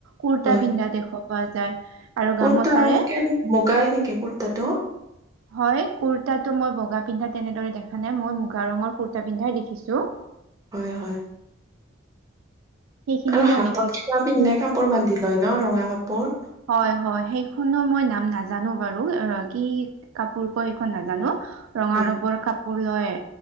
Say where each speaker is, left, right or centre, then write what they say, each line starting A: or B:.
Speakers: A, on the right (about 80°); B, on the right (about 15°).
A: কুুৰ্তা,
B: হয়
A: পিন্ধা দেখা পোৱা যায়। আৰু
B: কুৰ্তা
A: গামোচাৰে
B: কে বগাই নেকি কুৰ্তাটো।
A: হয় কুৰ্তাতটো মই বগা পিন্ধা তেনেদৰে দেখা নাই, মই মুগা ৰঙৰ কুুৰ্তা পিন্ধাই দেখিছো।
B: হয়, হয়।
A: সেইখিনিয়ে
B: আৰু হাতত
A: মই দেখিছো
B: কিবা পিন্ধে কাপোৰ বান্ধি লয় ন ৰঙা কাপোৰ।
A: হয়, হয়, সেইখনো মই নাম নাজানো বাৰু অ কি কাপোৰ ক সেইখন নাজানো। ৰঙা
B: হয়
A: ৰবৰ কাপোৰ লৈ এ